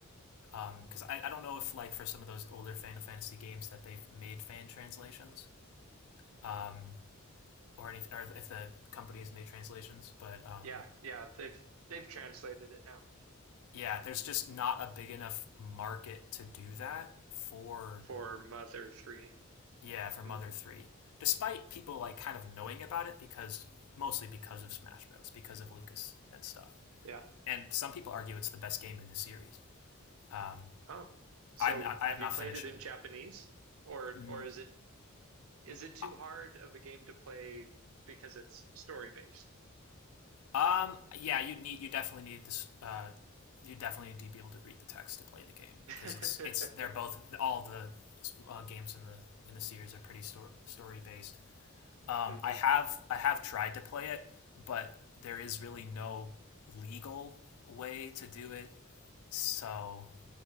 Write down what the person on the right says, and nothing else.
Yeah, yeah, they've they've translated it now.
for Mother 3.
Hmm.
Yeah.
Oh. So
have
you played
it in
Japanese or
or is it is it too
hard of a game to play because it's story based?
<laughs>
hmm